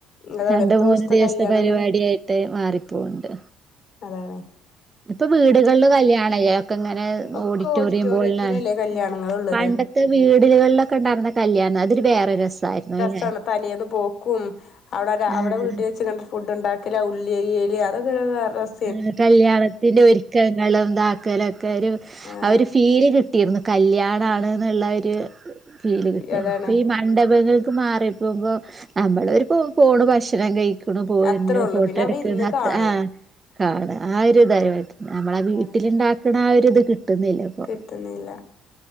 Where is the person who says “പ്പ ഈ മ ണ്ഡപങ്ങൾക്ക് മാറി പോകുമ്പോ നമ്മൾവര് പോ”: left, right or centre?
Right